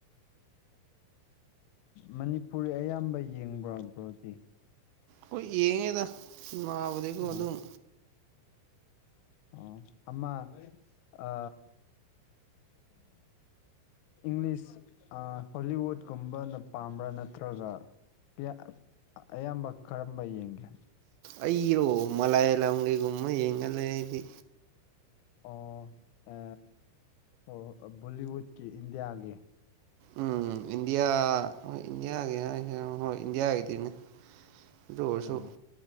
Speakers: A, on the left (about 85°); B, on the right (about 80°).
A: ꯃꯅꯤꯄꯨꯔꯤ ꯑꯌꯥꯝꯕ ꯌꯦꯡꯕ꯭ꯔꯣ ꯕ꯭ꯔꯣꯗꯤ
B: ꯍꯣꯢ ꯌꯦꯡꯉꯦꯗ ꯁꯤꯟꯃꯥꯕꯨꯗꯤꯀꯣ
A: ꯑꯥ
B: ꯑꯗꯨꯝ
A: ꯑꯣ ꯑꯃ ꯑ ꯏꯪꯂꯤꯁ ꯑ ꯍꯣꯂꯤꯋꯨꯠꯀꯨꯝꯕꯅ ꯄꯥꯝꯕ꯭ꯔꯥ ꯅꯠꯇ꯭ꯔ ꯔꯣꯖꯥ ꯄꯤꯌ ꯑꯌꯥꯝꯕ ꯀꯔꯝꯕ ꯌꯦꯡꯒꯦ
B: ꯑꯩꯏꯔꯣ ꯃꯂꯥꯌꯥꯂꯝꯒꯤ ꯒꯨꯝꯕ ꯌꯦꯡꯒꯜꯂꯦ ꯑꯩꯗꯤ
A: ꯑꯣ ꯑ ꯑꯣ ꯑ ꯕꯣꯂꯤꯋꯨꯠꯀꯤ ꯏꯟꯗꯤꯌꯥꯒꯤ
B: ꯎꯝ ꯏꯟꯗꯤꯌꯥ ꯍꯣꯏ ꯏꯟꯗꯤꯌꯥꯒꯤ ꯍꯥꯏꯒꯦꯔꯣ ꯍꯣꯏ ꯢꯟꯗꯤꯌꯥꯒꯤ ꯇꯤꯔꯅꯦ ꯑꯗꯨ ꯑꯣꯏꯔꯁꯨ
A: ꯑꯣ